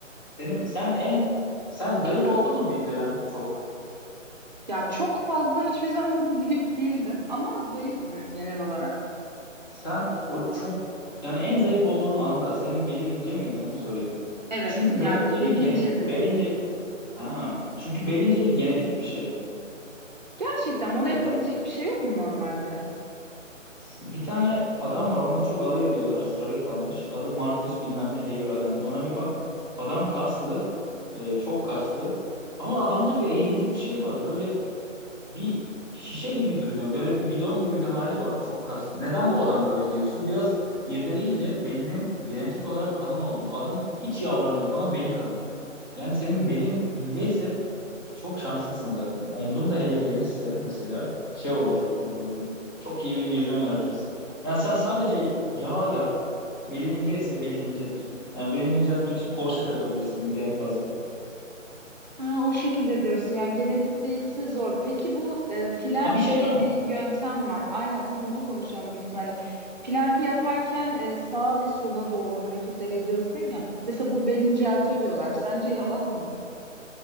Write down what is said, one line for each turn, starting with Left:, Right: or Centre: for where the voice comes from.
Left: Benim, sen en sen zayıf oldun mu bir dönem çok?
Right: Ya çok fazla hiçbir zaman <laughs> zayıf değildim ama zayıfım evet, genel olarak.
Left: Sen o çok yani en zayıf olduğun anda senin belin ince miydi onu sorayım.
Right: Evet
Left: Çünkü
Right: ya
Left: bel inceliği
Right: hep
Left: gene
Right: incedir.
Left: bel ince ha çünkü bel inceliği genetik bir şey.
Right: Gerçekten ona yapabilecek
Left: Zaten
Right: bir şey yok mu normalde?
Left: Bir tane adam var onunla çok alay ediyorlar. Steroid almış. Adı Markus bilmem ne diye bir adam. Ona bir bak. Adam kaslı. e, çok kaslı. Ama adamda bir eğreti bir şey var. Böyle bir şişe gibi duruyor. Böyle bir bidon gibi bir hali var. Çok kaslı. Neden bu adam böyle diyorsun? Biraz irdeleyince belinin genetik olarak kalın olduğunu. Adamın hiç yavranı yok ama beli kalın. Yani senin belin inceyse çok şanslısın zaten. Omzun da hele genişse mesela şey olur. e, Çok iyi bir vizyon yaratırsın. Yani sen sadece yağ yak. Belin ince ise belin incedir. Yani belini inceltmek için korse takabilirsin bir de en fazla.
Right: Ha, o şekilde diyorsun yani genetik değilse zor. Peki bu e, Planck
Left: Ha bir şey
Right: diye
Left: var ama.
Right: bir yöntem var. Aynen tam onu konuşacağım büyük ihtimalle. Planck'ı yaparken e, sağa ve sola doğru hareketler ediyorsun ya. Mesela bu bel inceltiyor diyorlar. Sence yalan mı? o?